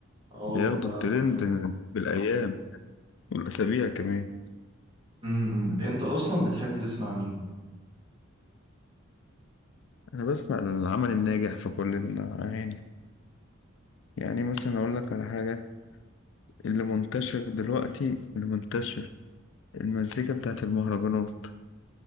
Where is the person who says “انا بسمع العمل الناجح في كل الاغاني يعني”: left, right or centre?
Left